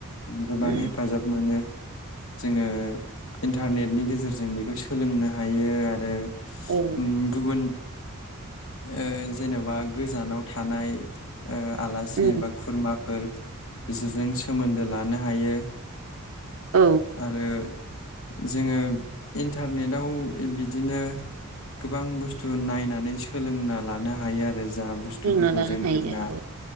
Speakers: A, on the left; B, on the right.
A: गोबां
B: उम
A: हेफाजाब मोनो जोङो इन्टारनेटनि गेजेरजों बेखौ सोलोंनो हायो आरो
B: औ
A: उम गुबुन ओ जेन'बा गोजानाव थानाय ओ आलासि
B: उम
A: बा खुरमा फोर बिसोरजों सोमोन्दो लानो हायो
B: औ
A: आरो जोङो इन्टारनेटाव बिदिनो गोबां बुस्थु नायनानै सोलोंना लानो हायो आरो जा बुस्थुफोरखौ
B: लोंना लानो
A: जों
B: हायो
A: रोङा
B: औ